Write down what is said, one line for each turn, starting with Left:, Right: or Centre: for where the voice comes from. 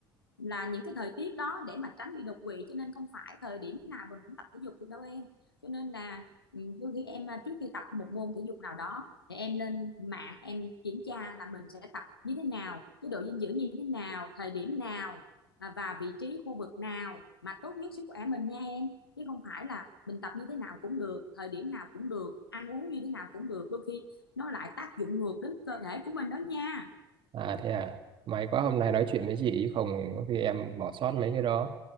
Left: là những cái thời tiết đó để mà tránh bị đột quỵ cho nên không phải thời điểm nào mình cũng tập thể dục được đâu em cho nên là ừ, đôi khi em à, trước khi tập một môn thể dục nào đó để em lên mạng em kiểm tra là mình sẽ tập như thế nào chế độ dinh dưỡng như thế nào thời điểm nào à, và vị trí khu vực nào mà tốt nhất sức khỏe mình nha em chứ không phải là mình tập như thế nào cũng được thời điểm nào cũng được ăn uống như thế nào cũng được đôi khi nó lại tác dụng ngược đến cơ thể của mình đó nha
Right: À thế à, may quá hôm nay nói chuyện với chị chứ không thì có khi em bỏ sót mấy cái đó.